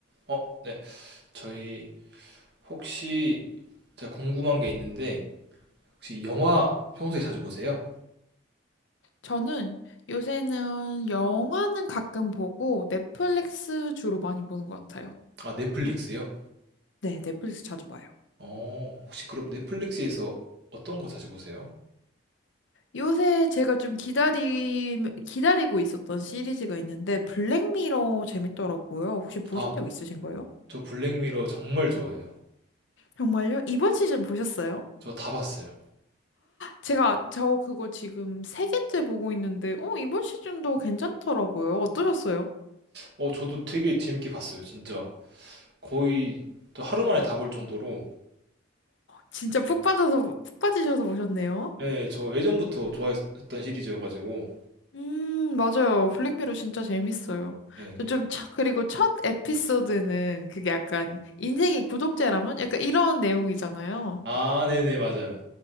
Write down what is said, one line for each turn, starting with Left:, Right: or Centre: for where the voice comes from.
Right: 어, 네. 저희 혹시 제가 궁금한 게 있는데 혹시 영화 평소에 자주 보세요?
Left: 저는 요새는 영화는 가끔 보고 넷플릭스 주로 많이 보는 것 같아요.
Right: 아, 넷플릭스요?
Left: 네, 넷플릭스 자주 봐요.
Right: 어, 혹시 그럼 넷플릭스에서 어떤 거 자주 보세요?
Left: 요새 제가 좀 기다림, 기다리고 있었던 시리즈가 있는데 블랙미러 재밌더라고요. 혹시 보신
Right: 아,
Left: 적 있으신가요?
Right: 저 블랙미러 정말 좋아해요.
Left: 정말요? 이번 시즌 보셨어요?
Right: 저 다 봤어요.
Left: 제가 저 그거 지금 세 개째 보고 있는데, 어, 이번 시즌도 괜찮더라고요. 어떠셨어요?
Right: 어, 저도 되게 재밌게 봤어요, 진짜. 거의 저 하루 만에 다 볼 정도로
Left: 진짜 푹
Right: 네,
Left: 빠져서, 푹 빠지셔서 보셨네요.
Right: 네, 저 예전부터 좋아했던 시리즈여가지고
Left: 음, 맞아요. 블랙미러 진짜 재밌어요.
Right: 네.
Left: 저 좀, 첫, 그리고 첫 에피소드는 그게 약간 인생이 구독제라면 약간 이런 내용이잖아요.
Right: 아, 네네, 맞아요.